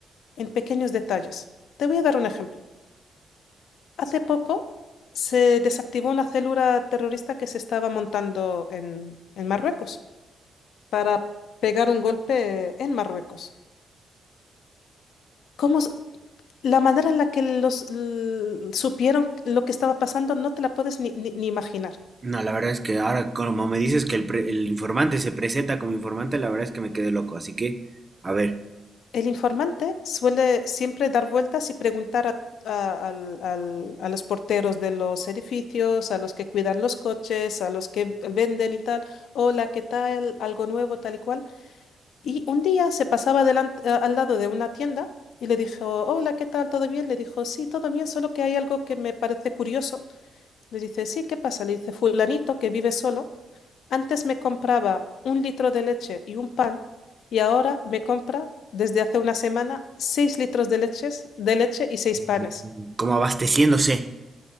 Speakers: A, on the left; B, on the right.
A: en pequeños detalles. Te voy a dar un ejemplo. Hace poco se desactivó una célula terrorista que se estaba montando en, en Marruecos para pegar un golpe en Marruecos. ¿Cómo s- la manera en la que los l- supieron lo que estaba pasando no te la puedes ni, ni- ni imaginar.
B: no, la verdad es que ahora, como me dices que el, pre- el informante se presenta como informante, la verdad es que me quedé loco. Así que, a ver,
A: El informante suele siempre dar vueltas y preguntar a, a- al- al- a los porteros de los edificios, a los que cuidan los coches, a los que venden y tal, hola, ¿qué tal? Algo nuevo, tal y cual. Y un día se pasaba delan- eh, al lado de una tienda y le dijo, hola, ¿qué tal? ¿Todo bien? Le dijo, sí, todo bien, solo que hay algo que me parece curioso. Le dice, sí, ¿qué pasa? Le dice, fulanito que vive solo, antes me compraba un litro de leche y un pan y ahora me compra desde hace una semana seis litros de leches, de leche y seis
B: Mm,
A: panes.
B: como abasteciéndose.